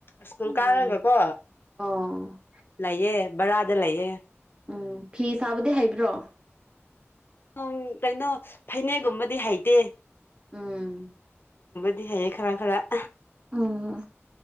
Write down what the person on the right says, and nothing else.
ꯎꯝ ꯑꯣ
ꯎꯝ ꯐꯤ ꯁꯥꯕꯗꯤ ꯍꯩꯕ꯭ꯔꯣ
ꯎꯝ
ꯎꯝ